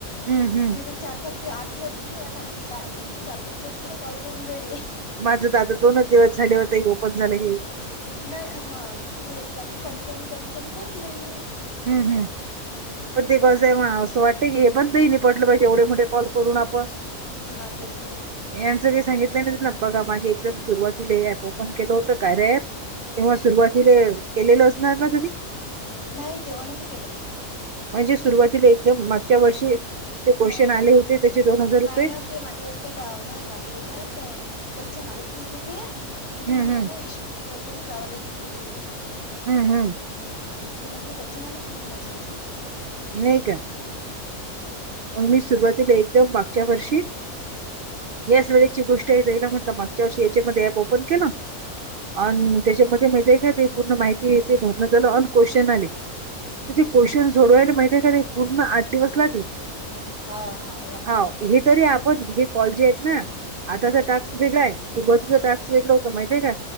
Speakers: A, on the right; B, on the left.
A: हम्म हम्म.
B: मी तर चार पाच दिवस, आठ दिवस झाले आता. चा म्हणजे चार पाच दिवस झाले, कॉल करून राहिले.
A: माझं तर आता दोनच दिवस झाले होते, ओपन झालं हे.
B: नाही हा मग मी एकसारखे कमी कमी कमी कमी करून राहिले.
A: हम्म हम्म. <unintelligible> <unintelligible> असं वाटतंय की हे <unintelligible> पाहिजे एवढे मोठे कॉल करून आपण.
B: हा तेच, ना मग.
A: यांच काही सांगितलेने ना बघा, मागे एकदम सुरुवातीला ऍप ओपन केलं होतं कार्य अँप. तेव्हा
B: हम्म
A: सुरुवातीले केलेलं असणार ना तुम्ही?
B: नाही तेव्हा नव्हतं, केलं मी
A: म्हणजे सुरुवातीला एकदम मागच्या वर्षी ते क्वेश्चन
B: नाही नाही
A: आले होते, त्याचे दोन हजार
B: नाही
A: रुपये
B: ना ते माझे, ते आता नाही माझ्या याच्यात क्वश्चन आलेच नव्हते ते. म्हणजे
A: हम्म
B: मी
A: हम्म
B: आहे ना ईश काहीतरी गावाला गेलेली होती.
A: हम्म हम्म..
B: हं.. तर मग ते कोचिंग आलंच नव्हतं, ते माझ्या हेच्यात.
A: नाही का, मग मी सुरुवातीला एकदम मागच्या वर्षी. याच वेळेची गोष्ट आहेेत आहे ना म्हटलं, मागच्या वर्षी याच्यामध्ये ऍप ओपन केलं ‌ अ त्याच्यामध्ये माहि का ते पूर्ण माहिती येते, म्हण झालं क्वेशन आले. तुचे
B: हम्म
A: क्वेशन सोडवायला माहिती का, ते पूर्ण आठ दिवस लागले.
B: हा हा.. लागतातच
A: हांव,
B: ना
A: हे तरी आपण हे कॉलजे आहेत ना, आताचा
B: ह
A: टास. वेगळं आहे सुरूवातीच टास्क, वेगळा होतं माहितेय काय.